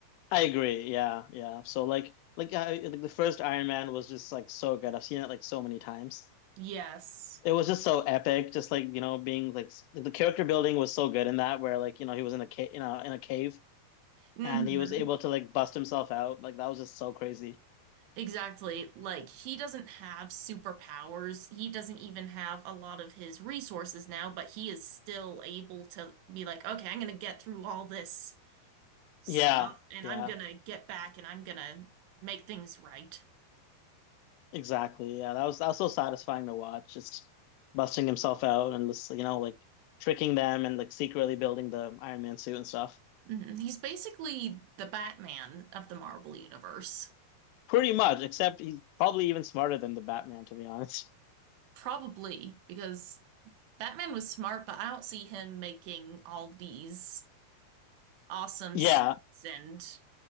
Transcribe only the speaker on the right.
Yes.
hmm
Exactly. Like, he doesn't have superpowers. He doesn't even have a lot of his resources now, but he is still able to be like, okay, I'm gonna get through all this stuff
and
I'm gonna get back and I'm gonna make things right.
Mhm. He's basically the Batman of the Marvel Universe.
Probably, because Batman was smart, but I don't see him making all these awesome s-
and.